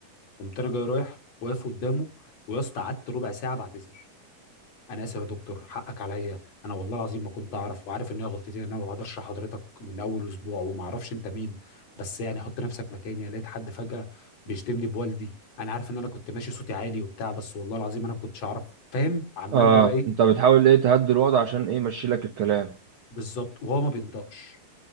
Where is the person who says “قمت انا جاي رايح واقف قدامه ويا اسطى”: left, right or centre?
Left